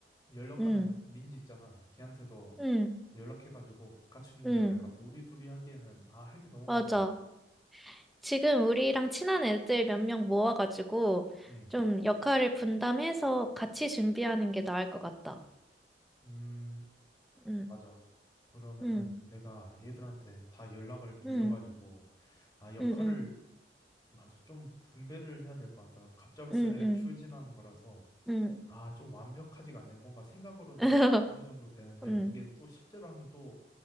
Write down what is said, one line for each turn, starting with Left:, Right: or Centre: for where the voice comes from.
Left: 연락하는
Centre: 음,
Left: 민지 있잖아. 걔한테도
Centre: 음,
Left: 연락해가지고 같이 준비해야
Centre: 음.
Left: 될 것 같아. 우리 둘이 하기에는, 아, 할 게 너무
Centre: 맞아.
Left: 많다.
Centre: 지금 우리랑 친한 애들 몇 명 모아가지고
Left: 음,
Centre: 좀 역할을 분담해서 같이 준비하는 게 나을 것 같다.
Left: 음,
Centre: 응,
Left: 맞아. 그러면은
Centre: 응,
Left: 내가 얘들한테 다 연락을 돌려가지고
Centre: 응,
Left: 아 역할을
Centre: 응, 응,
Left: 맞아 좀 분배를 해야 될 것 같다. 갑작스레
Centre: 응, 응,
Left: 추진하는 거라서
Centre: 응,
Left: 아 좀 완벽하지가 않네. 뭔가 생각으로는
Centre: <laughs>
Left: 어느 정도 되는데
Centre: 응,
Left: 이게 또 실제로 하면 또